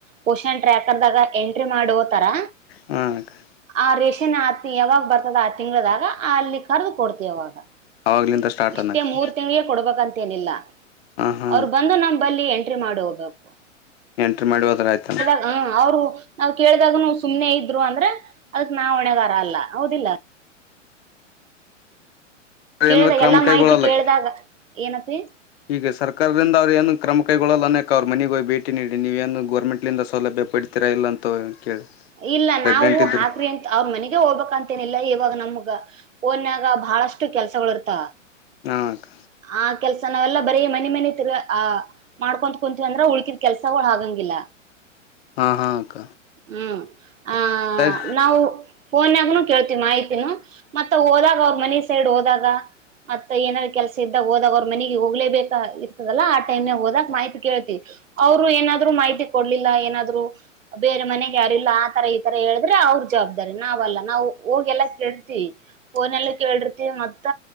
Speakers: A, on the right; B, on the left.
A: ಪೋಷನ್ ಟ್ರ್ಯಾಕರ್ ದಾಗ ಎಂಟ್ರಿ ಮಾಡುವ ತರ-
B: ಹ್ಮ ಅಕ್ಕ -
A: ಆ ರೇಷನ್ ಆ ಯಾವಾಗ ಬರ್ತದ ಆ ತಿಂಗಳದಾಗ ಅಲ್ಲಿ ಕರೆದು ಕೊಡ್ತಿ ಯಾವಾಗ.
B: ಅವಾಗ್ಲಿಂದ ಸ್ಟಾರ್ಟ್
A: ಇಷ್ಟೇ
B: ಅನ್ನಕ್ಕೆ
A: ಮೂರ್ ತಿಂಳೇ ಕೊಡ್ಬೇಕಂತೇನಿಲ್ಲ.
B: ಹಾ ಹಾ
A: ಅವರು ಬಂದು ನಮ್ ಬಲ್ಲಿ ಎಂಟ್ರಿ ಮಾಡಿ ಹೋಗ್ಬೇಕು.
B: ಎಂಟ್ರಿ ಮಾಡಿ ಹದ್ರ ಆಯ್ತಾ
A: ಹ ಅವ್ರು ನಾವ್ ಕೇಳಿದಾಗನು ಸುಮ್ನೆ ಇದ್ರು ಅಂದ್ರೆ ಅದಕ್ ನಾ ಹೊಣೆಗಾರ ಅಲ್ಲ ಹೌದಿಲ್ಲ- ಕೇಳ್ದಾಗ
B: ಏನಾದ್ರು ಕ್ರಮ
A: ಎಲ್ಲಾ
B: ಕೈಗೊಳ್ಳಲ್ಲ
A: ಮಾಹಿತಿ ಕೇಳ್ದಾಗ ಏನಪಿ
B: ಈಗ ಸರ್ಕಾರದಿಂದ ಅವ್ರು ಏನು ಕ್ರಮ ಕೈಗೊಳ್ಳಲ್ಲ ಅನೇಕಕ್ ಅವ್ರ ಮನೆಗೆ ಹೋಗ ಭೇಟಿ ನೀಡಿ ನೀವೇಏನು ಗೌರ್ಮೆಂಟ್ಂದ ಸೌಲಭ್ಯ ಪಡ ಹತ್ತಿರ ಇಲ್ಲ ಅಂತ ಕೇಳಿ
A: ಇಲ್ಲ
B: ಪ್ರೆಗ್ನೆಂಟ್
A: ನಾವು
B: ಇದ್ರಿ
A: ಹಾಕ್ವಿ ಅಂತ ಅವ್ರ ಮನೆಗೆ ಹೋಗ್ಬೇಕಂತೇನಿಲ್ಲ ಇವಾಗ ನಮ್ಗ ಓನ್ಯಾಗ ಬಹಳಷ್ಟು ಕೆಲ್ಸಗಳು ಇರ್ತ
B: ಹಾ ಅಕ್ಕ
A: ಆ ಕೆಲ್ಸ ನಾವೆಲ್ಲಾ ಬರಿೀ ಮನೆ ಮನೆ ತಿರ್ ಆ- ಮಾಡ್ಕೊ್ ಕುಂತೀವಿ ಅಂದ್ರ ಉಳ್ಕಿದ ಕೆಲ್ಸವು ಹಾಗಂಗಿಲ್ಲ.
B: ಹಾ ಹಾ ಅಕ್ಕ
A: ಹ್ಮ್ ಆ
B: ಸರಿ
A: ನಾವು ಫೋನ್ ನಾಗನುೂ ಕೇಳ್ತಿವಿ ಮಾಹಿತಿನು ಮತ್ತ ಹೋದಾಗ ಅವ್ರ ಮನಿ ಸೈಡ್ ಹೋದಾಗ ಮತ್ತೆ ಏನಾರ ಕೆಲಸ ಇದ್ದಾಗ ಹೋದಾಗ ಅವ್ರ ಮನೆಗೆ ಹೋಗಲೇಬೇಕಾ ಇರ್ತದಲ್ಲ ಆ ಟೈಮ್ ನಾಗ ಹೋದಾಗಕ್ ಮಾಹಿತಿ ಕೇಳ್ತಿ- ಅವ್ರು ಏನಾದ್ರು ಮಾಹಿತಿ ಕೊಡ್ಲಿಲ್ಲ ಏನಾದ್ರು- ಬೇರೆ ಮನೆಗೆ ಯಾರಲ್ಲ ಆತರ ಈ ತರ ಹೇಳಿದ್ರೆ ಅವ್ರ ಜವಾಬ್ದಾರಿ ನಾವಲ್ಲ ನಾವು ಹೋಗ ಎಲ್ಲ ಕೆಳಿತ್ತಿ ಅನಿ ಫೋನ್ ಅಲ್ಲ ಕೇಳಿರ್ತಿ ಮತ್ತ